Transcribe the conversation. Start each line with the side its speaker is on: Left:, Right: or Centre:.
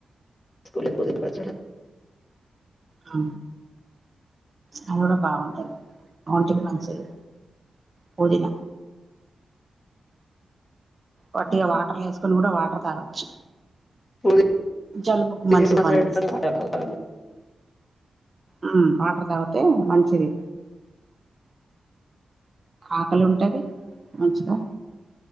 Left: చేసుకోలేదు పుదీనా పచ్చడ
Right: ఆ అది కూడా బాగుంటంది ఒంటికి మంచిది పుదిన వట్టిగా వాటర్ల వేసుకొని కూడా వాటర్ తాగొచ్చు
Left: పుదీనా
Right: జలుబుకు మంచిగా
Left: వేసి మసాలా
Right: పని
Left: పెట్టుకొని
Right: చేస్తా
Left: వాటర్ తాగుతాను
Right: ఉమ్ వాటర్ తగుతే మంచింది ఆకలుంటది మంచిగా